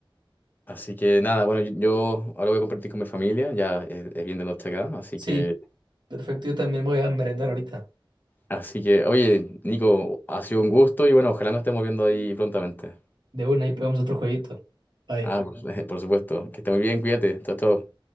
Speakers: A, on the left; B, on the right.
A: así que nada, bueno, yo, yo ahora voy a compartir con mi familia, ya es, es bien de noche acá, así
B: Sí.
A: que,
B: Perfecto, yo también voy a merendar ahorita.
A: así que, oye, Nico, ha sido un gusto y bueno, ojalá nos estemos viendo ahí prontamente.
B: De una, ahí pegamos otro jueguito. Bye.
A: Ah, por, <laughs> por supuesto, que esté muy bien, cuídate, chao, chao.